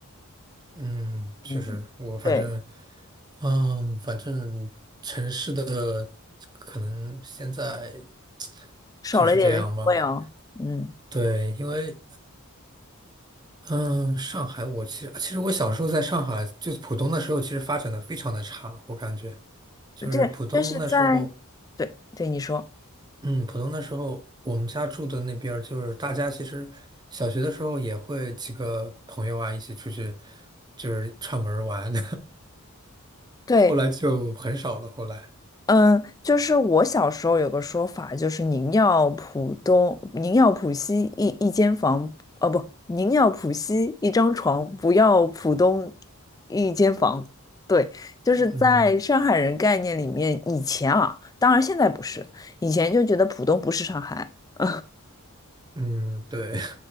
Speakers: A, on the right (about 20°); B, on the left (about 15°).
A: 嗯，确实，
B: 嗯，
A: 我反正，
B: 对，
A: 嗯，反正城市的可能现在
B: 少了一点人情味哦。
A: 就是这样吧。
B: 嗯，
A: 对，因为嗯，上海我其实其实我小时候在上海，就浦东的时候，其实发展的非常的差，我感觉就是浦东那时候。
B: 对，就是在，对对，你说，
A: 嗯，浦东的时候，我们家住的那边儿就是大家其实小学的时候也会几个朋友啊一起出去，就是串门儿玩，<laughs>
B: 对，
A: 后来就很少了。后来，
B: 嗯，就是我小时候有个说法，就是宁要浦东，宁要浦西一一间房，哦不，宁要浦西一张床，不要浦东一间房。对，就是在上海人概念里面，
A: 嗯
B: 以前啊，当然现在不是，以前就觉得浦东不是上海，<laughs>
A: 嗯，对